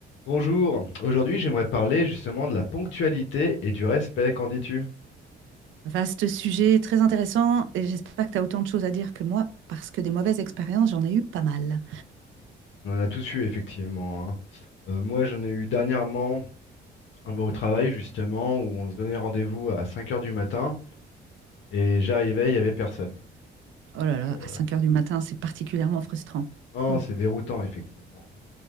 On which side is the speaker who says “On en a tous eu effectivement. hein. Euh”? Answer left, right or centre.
Left